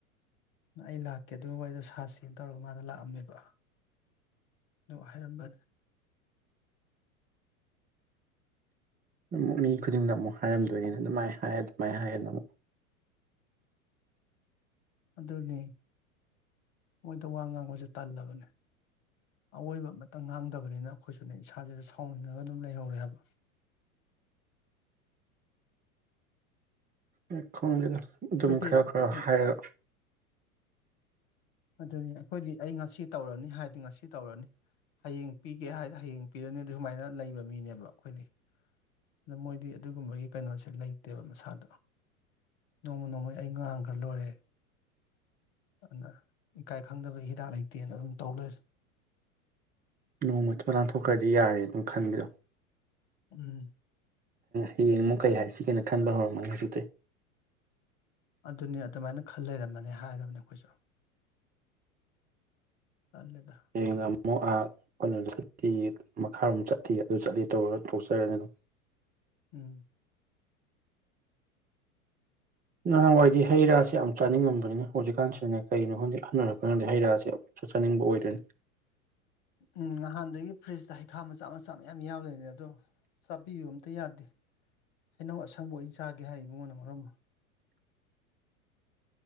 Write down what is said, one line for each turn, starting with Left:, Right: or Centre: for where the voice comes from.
Left: ꯑꯩ ꯂꯥꯛꯀꯦ ꯑꯗꯨꯒꯤ ꯋꯥꯔꯤꯗꯣ ꯁꯥꯁꯅ ꯇꯧꯔꯒ ꯃꯥꯗꯣ ꯂꯥꯛꯑꯝꯃꯦꯕ ꯑꯗꯨ ꯍꯥꯏꯔꯝꯕ
Right: ꯑꯃꯨꯛ ꯃꯤ ꯈꯨꯗꯤꯡꯗ ꯑꯃꯨꯛ ꯍꯥꯏꯔꯝꯗꯣꯏꯅꯤꯅ ꯑꯗꯨꯃꯥꯏꯅ ꯍꯥꯏꯦ ꯑꯗꯨꯃꯥꯏꯅ ꯍꯥꯏꯌꯦꯦ ꯑꯃꯨꯛ
Left: ꯑꯗꯨꯅꯤ ꯃꯣꯏꯗ ꯋꯥ ꯉꯥꯡꯕꯁꯦ ꯇꯜꯂꯕꯅꯦ ꯑꯋꯣꯏꯕ ꯑꯃꯇ ꯉꯥꯡꯗꯕꯅꯤꯅ ꯑꯩꯈꯣꯏꯁꯨꯅꯦ ꯏꯁꯥꯁꯤꯗ ꯁꯥꯎꯅꯤꯡꯉꯒ ꯑꯗꯨꯝ ꯂꯩꯍꯧꯔꯦ ꯍꯥꯏꯕ
Right: ꯑꯦ ꯈꯣꯒꯥ
Left: ꯑꯩꯈꯣꯏꯗꯤ
Right: ꯑꯗꯨꯝ ꯈꯔ ꯈꯔ
Left: ꯑꯩ
Right: ꯍꯥꯏꯔꯒ
Left: ꯑꯗꯨꯅꯤ ꯑꯩꯈꯣꯏꯗꯤ ꯑꯩ ꯉꯁꯤ ꯇꯧꯔꯅꯤ ꯍꯥꯏꯗꯤ ꯉꯁꯤ ꯁꯤ ꯇꯧꯔꯅꯤ ꯍꯌꯦꯡ ꯄꯤꯒꯦ ꯍꯥꯏꯗꯤ ꯍꯌꯦꯡ ꯄꯤꯔꯅꯤ ꯑꯗꯨ ꯁꯨꯃꯥꯏꯅ ꯂꯩꯕ ꯃꯤꯅꯦꯕ ꯑꯩꯈꯣꯏꯗꯤ ꯑꯗ ꯃꯣꯏꯗꯤ ꯑꯗꯨꯒꯨꯝꯕꯒꯤ ꯀꯩꯅꯣꯁꯦ ꯂꯩꯇꯦꯕ ꯃꯁꯥꯗꯣ ꯅꯣꯡꯃ ꯅꯣꯡꯃꯒꯤ ꯑꯩ ꯉꯥꯡꯈ꯭ꯔ ꯂꯣꯏꯔꯦ ꯑꯗꯨꯅ ꯏꯀꯥꯏ ꯈꯪꯗꯕꯒꯤ ꯍꯤꯗꯥꯛ ꯂꯩꯇꯦꯅ ꯑꯗꯨꯝ ꯇꯧ ꯂꯩꯔ
Right: ꯅꯣꯡꯃ ꯆꯨꯞꯄ ꯂꯥꯟꯊꯣꯛꯈ꯭ꯔꯗꯤ ꯌꯥꯔꯦ ꯑꯗꯨꯝ ꯈꯟꯕꯤꯗꯣ
Left: ꯎꯝ
Right: ꯍꯌꯦꯡ ꯑꯃꯨꯛ ꯀꯩ ꯍꯥꯏ ꯁꯤꯒꯦꯅ ꯈꯟꯕ ꯍꯧꯔꯝꯃꯅꯤ ꯍꯧꯖꯤꯛꯇꯛꯇꯤ
Left: ꯑꯗꯨꯅꯤ ꯑꯗꯨꯃꯥꯏꯅ ꯈꯜ ꯂꯩꯔꯝꯃꯅꯤ ꯍꯥꯏꯔꯕꯅꯦ ꯑꯩꯈꯣꯏꯁꯨ ꯇꯜꯂꯦꯗ
Right: ꯍꯌꯦꯡꯅ ꯑꯃꯨꯛ ꯑꯥ ꯀꯩꯅꯣ ꯆꯠꯇ ꯃꯈꯥꯔꯣꯝ ꯆꯠꯇꯂꯤ ꯑꯗꯨ ꯆꯠꯂꯤ ꯇꯧꯔꯒ ꯇꯣꯛꯆꯔꯅꯤ ꯑꯗꯨꯝ
Left: ꯎꯝ
Right: ꯅꯍꯥꯟꯋꯥꯏꯗꯤ ꯍꯩ ꯔꯥꯁꯦ ꯌꯥꯝ ꯆꯥꯅꯤꯡꯉꯝꯕꯅꯤ ꯍꯧꯖꯤꯛꯀꯥꯟꯁꯤꯗꯅꯦ ꯀꯩꯅꯣ ꯈꯪꯗꯛ ꯍꯟꯅꯔꯛꯄꯅꯗꯤ ꯍꯩ ꯔꯥꯁꯦ ꯑ ꯆꯥꯅꯤꯡꯕ ꯑꯣꯏꯗꯣꯏꯅꯤ
Left: ꯎꯝ ꯅꯍꯥꯟꯗꯒꯤ ꯐ꯭ꯔꯤꯖꯇ ꯍꯩꯈꯥ ꯃꯆꯥ ꯃꯆꯥ ꯃꯌꯥꯝ ꯌꯥꯎ ꯂꯩꯅꯦ ꯑꯗꯣ ꯆꯥꯕꯤꯌꯨ ꯑꯝꯇ ꯌꯥꯗꯦ ꯍꯩꯅꯧ ꯑꯁꯪꯕ ꯑꯣꯏꯅ ꯆꯥꯒꯦ ꯍꯥꯏ ꯏꯕꯉꯣꯟꯗ ꯃꯔꯝꯃ